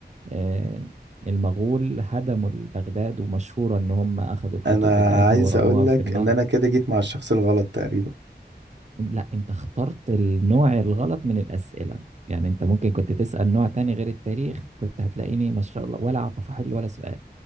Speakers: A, on the right (about 40°); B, on the right (about 80°).
A: آه، المغول هدموا بغداد ومشهورة إن هم أخذوا الكتب
B: انا
A: بتاعتها
B: عايز
A: ورموها
B: اقول لك
A: في النهر
B: ان انا كده جيت مع الشخص الغلط تقريبا
A: إن- لا أنت اخترت النوع الغلط من الأسئلة يعني أنت ممكن كنت تسأل نوع تاني غير التاريخ كنت هتلاقيني ما شاء الله ولا أعرف أحل ولا سؤال